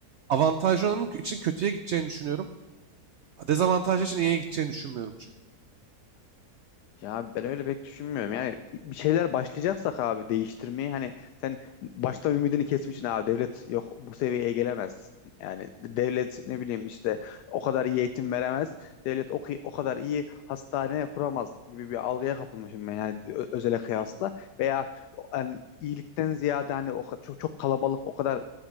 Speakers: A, on the right; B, on the left.
A: Avantajlı olanın için kötüye gideceğini düşünüyorum. Dezavantajlı için iyiye gideceğini düşünmüyorum çünkü.
B: Ya ben öyle pek düşünmüyorum. Yani bir şeyler başlayacaksak abi değiştirmeyi hani sen baştan ümidini kesmişsin abi devlet yok bu seviyeye gelemez. Yani devlet ne bileyim işte o kadar iyi eğitim veremez. Devlet o, ki- o kadar iyi hastane kuramaz gibi bir algıya kapılmışım ben yani ö- özele kıyasla. Veya hani iyilikten ziyade hani o ka- çok, çok kalabalık o kadar